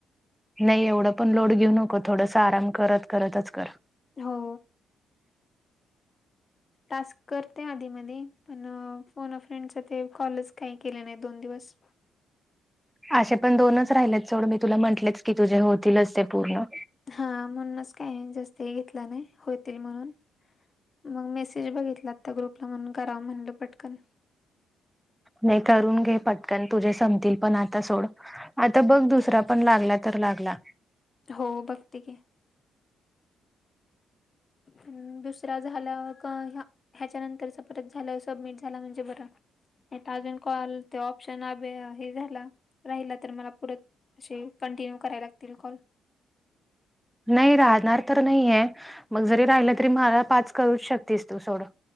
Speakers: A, in the centre; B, on the left (about 35°).
A: नाही एवढं पण लोड घेऊ नको थोडसं आराम करत करतच कर.
B: हो. टास्क करते आधी मधी पण अह फोन फ्रेंडस ते कॉलच काही केले नाही दोन दिवस
A: अशे पण दोनच राहिलेत सोड मी तुला म्हंटलेच की तुझे होतीलच ते पूर्ण.
B: हा म्हणूनच काही जास्त हे घेतलं नाय होतील म्हणून. मग मेसेज बघितला आता ग्रुपला म्हणून करावं म्हटलं पटकन.
A: नाही करून घे पटकन तुझे संपतील पण आता सोड. आता बघ दुसरा पण लागला तर लागला.
B: हो बघते की. हम्म दुसरा झाला का ह्या ह्याच्यानंतरच परत झालं सबमिट झाला म्हणजे बरं नाही तर अजून कॉल ते ऑप्शन आबे हे झाला राहिला तर मला पुरत अशे कंटिन्यू करायला लागतील कॉल.
A: नाही राहणार तर नाहीये मग जरी राहिलं तरी मला पाच करूच शकतेस तू सोडं.